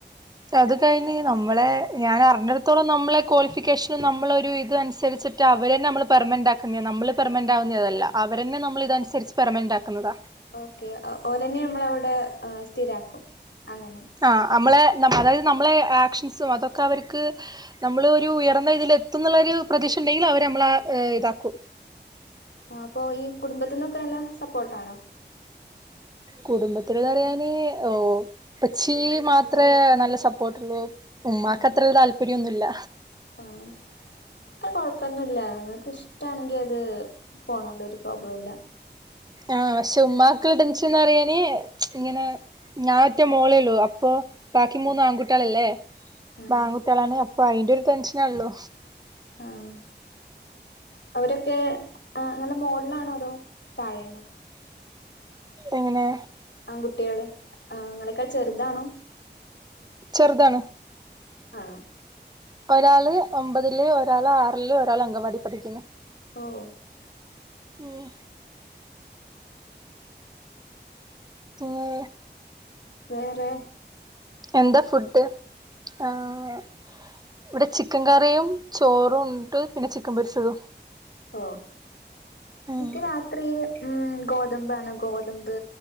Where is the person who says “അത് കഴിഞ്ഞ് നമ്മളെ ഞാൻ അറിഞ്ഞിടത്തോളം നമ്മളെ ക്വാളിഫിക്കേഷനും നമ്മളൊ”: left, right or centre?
Right